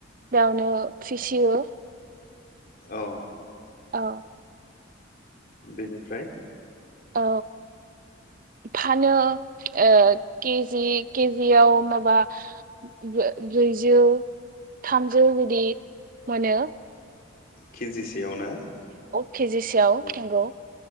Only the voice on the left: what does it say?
औ।
बेनिफ्राय?
केजिसेयाव ना?
औ।